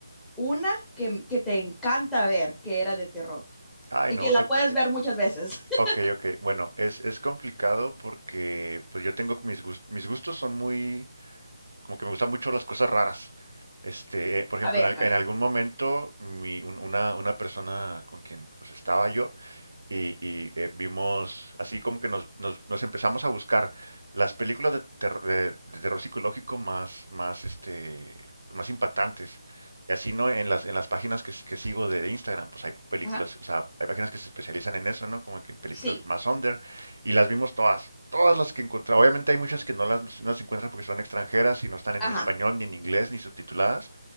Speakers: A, in the centre; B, on the right (about 70°).
A: una que, que te encanta ver que era de terror
B: Ay,
A: y
B: no.
A: que la
B: eh,
A: puedes ver muchas veces. <laughs>
B: ok, ok. Bueno, es, es complicado porque pues yo tengo mis gustos, mis gustos son muy como que me gustan mucho las cosas raras. Este, eh, por ejemplo,
A: A ver,
B: en, al-
A: a
B: en
A: ver.
B: algún momento, mi, un- una, una persona con quien pues estaba yo, y, y, eh, vimos, así como que nos, nos- nos empezamos a buscar las películas de, ter- de- de terror psicológico más, más, este, más impactantes. Y así, ¿no? En las, en las páginas que, s- que sigo de, de Instagram, pues hay películas,
A: Ajá.
B: o sea, hay páginas que se especializan en eso, ¿no? Como que en películas
A: Sí,
B: más under. Y las vimos todas, todas las que encontré. Obviamente hay muchas que no las, no las encuentras porque son extranjeras y no están en
A: ajá.
B: español, ni en inglés, ni subtituladas